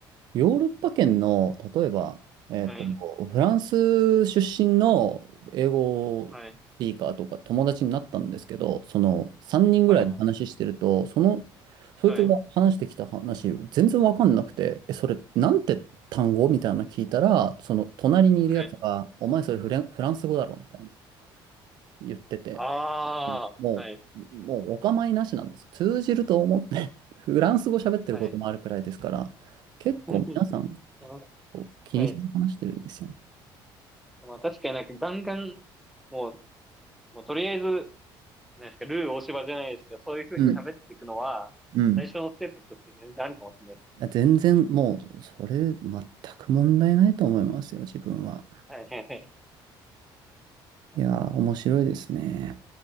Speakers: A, on the right; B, in the centre.
A: ヨーロッパ圏の、例えば、えっと、
B: はい。
A: フランス出身の英語スピーカーとか友達になったんですけど、
B: はい。
A: その3人ぐらいで話してると、
B: はい。は
A: その、そいつが話してきた話、
B: い。は
A: 全然わかんなくて、え、それ、なんて単語みたいなの聞いたら、その隣にいるやつが、
B: い。
A: お前それフレン、フランス語だろみたいな言ってて、
B: ああ、
A: もう、
B: はい。
A: もうお構いなしなんですよ。通じると思って、<laughs> フランス語喋ってることもあるくらいですから、
B: はい。
A: 結構皆さん、
B: <laughs> あ
A: こう気にせず話してるんですよね。
B: はい。まあ確かになんかガンガン、もう、もうとりあえずなんですか、ルー大柴じゃないですけど、そういう風に喋っていくのは、
A: うん。うん。
B: 最初のステップとして全然ありかもしれないです。
A: いや全然もう、それ全く問題ないと思いますよ、自分は。
B: はいはいはい。確かに。
A: いやー、面白いですね。